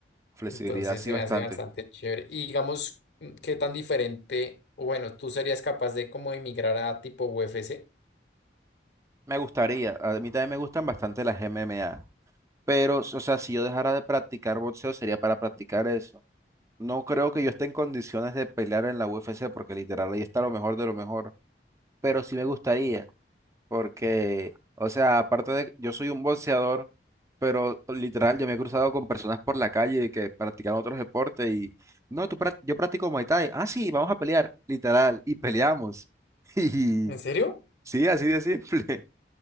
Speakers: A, on the right; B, on the left.
A: flexibilidad
B: Entonces
A: sí
B: se
A: bastante.
B: me hace bastante chévere. Y digamos, mm, ¿qué tan diferente? O bueno, ¿tú serías capaz de como emigrar a tipo UFC?
A: Me gustaría, a mí también me gustan bastante las MMA, pero, o sea, si yo dejara de practicar boxeo sería para practicar eso. No creo que yo esté en condiciones de pelear en la UFC porque literal ahí está lo mejor de lo mejor, pero sí me gustaría. Porque, o sea, aparte de, yo soy un boxeador, pero literal, yo me he cruzado con personas por la calle que practican otros deportes y, no, tú, prac- yo practico Muay Thai. Ah, sí, vamos a pelear, literal, y peleamos. <laughs>
B: ¿En
A: Y
B: serio?
A: sí, así de simple. <laughs>